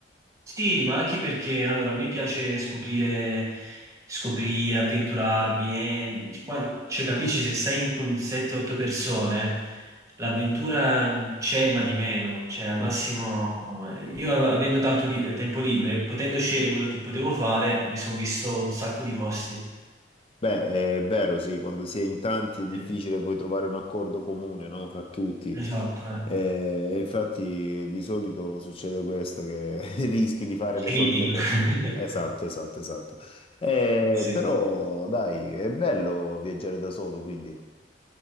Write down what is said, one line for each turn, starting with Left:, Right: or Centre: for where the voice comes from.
Right: Sì, ma anche perché allora, mi piace scoprire, scoprire, avventurarmi e qua- cioè, capisci, se stai con 7-8 persone, l'avventura c'è ma di meno. Cioè, al massimo,
Left: Mm.
Right: io av- avendo tanto li- tempo libero e potendo scegliere quello che potevo fare, mi sono visto un sacco di posti.
Left: Beh, è vero, sì, quando si è in tanti è difficile
Right: Eh,
Left: poi trovare un accordo comune, no, fra tutti.
Right: Esatto, eh.
Left: Eh, E infatti di solito succede questo, che <laughs> rischi di fare le
Right: critica.
Left: solite cose. Esatto,
Right: <laughs>
Left: esatto, esatto. Eh,
Right: Sì.
Left: però, dai, è bello viaggiare da solo, quindi.